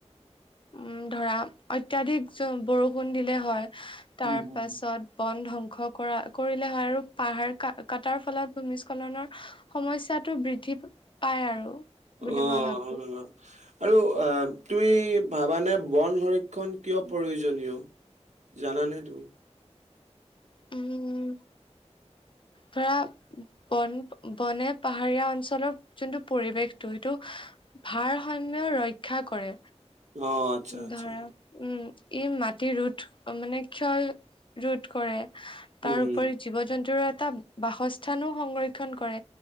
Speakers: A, on the left (about 45°); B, on the right (about 85°).
A: উম ধৰা অত্যাধিক বৰষুণ দিলে হয়। তাৰ
B: উম হুম
A: পাছত বন ধংস কৰা কৰিলে হয় আৰু পাহাৰ ক কাটাৰ ফলত ভূমিস্খলনৰ সমস্যাটো বৃদ্ধি পায় আৰু। বুলি
B: অ অ
A: মই ভাবো
B: আৰু আহ তুমি ভাৱানে বন সংৰক্ষণ কিয় প্ৰয়োজনীয়? জানা নে তো?
A: উম। ধৰা বন বনে পাহাৰীয়া অঞ্চলৰ যোনটো পৰিৱেশটো সেইটো ভাৰসাম্য ৰক্ষা কৰে।
B: অ আচ্ছা আচ্ছা
A: ধৰা উম এই ম ৰোধ মানে ক্ষয় ৰোধ কৰে তাৰোপৰি
B: উম
A: জীৱ-জন্তুৰো এটা বাসস্থানো সংৰক্ষন কৰে